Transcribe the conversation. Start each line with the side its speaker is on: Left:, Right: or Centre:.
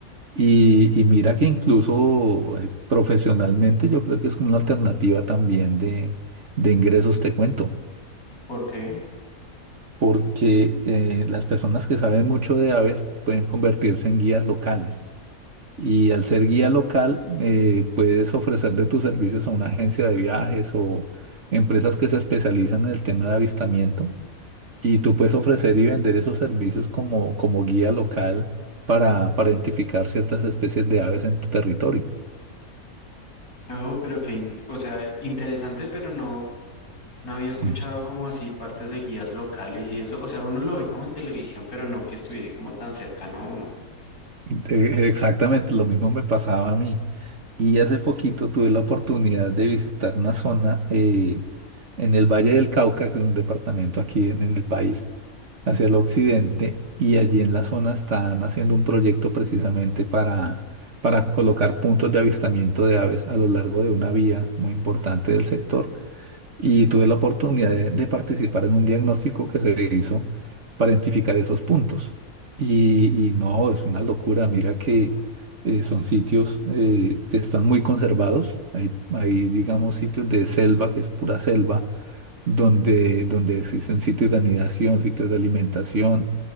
Right: Y, y mira que incluso eh, profesionalmente yo creo que es como una alternativa también de, de ingresos, te cuento,
Left: ¿Por qué?
Right: porque eh, las personas que saben mucho de aves pueden convertirse en guías locales. Y al ser guía local, eh, puedes ofrecer de tus servicios a una agencia de viajes o empresas que se especializan en el tema de avistamiento. Y tú puedes ofrecer y vender esos servicios como, como guía local para, para identificar ciertas especies de aves en tu territorio.
Left: No, pero que, in- o sea, interesante, pero no, no había escuchado
Right: Mm.
Left: como así partes de guías locales y eso. O sea, uno lo ve como en televisión, pero no que estuviese como tan cercano a uno.
Right: Eh, Exactamente, lo mismo me pasaba a mí. Y hace poquito tuve la oportunidad de visitar una zona eh, en el Valle del Cauca, que es un departamento aquí en, en el país, hacia el occidente y allí en la zona están haciendo un proyecto precisamente para, para colocar puntos de avistamiento de aves a lo largo de una vía muy importante del sector y tuve la oportunidad de, de participar en un diagnóstico que se hizo para identificar esos puntos. Y, y no, es una locura. Mira que eh, son sitios eh, que están muy conservados. Hay, hay, digamos, sitios de selva, que es pura selva, donde, donde existen sitios de anidación, sitios de alimentación,